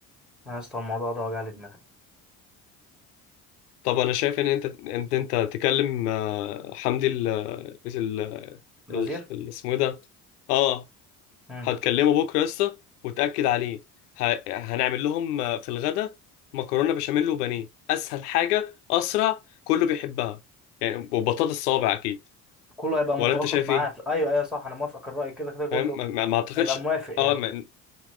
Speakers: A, in the centre; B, on the left.
A: انا يا اسطى الموضوع ده وجع لي دماغي
B: طب انا شايف ان انت ان انت تكلم آه، حمدي ال ال
A: الوزير
B: ال- ال- اسمه إيه ده اه
A: امم
B: هتكلمه بكره يا اسطى وتاكد عليه ه- هنعمل لهم آه، في الغدا مكرونه بشاميل وبانيه اسهل حاجه اسرع كله بيحبها يعني وبطاطس صوابع اكيد
A: كله هيبقى متوافق
B: ولا انت شايف
A: معاه
B: ايه
A: في... ايوه ايوه صح انا موافقك الراي كده كده كله
B: فاهم ما ما- ما اعتقدش
A: هيبقى موافق يعني
B: اه امم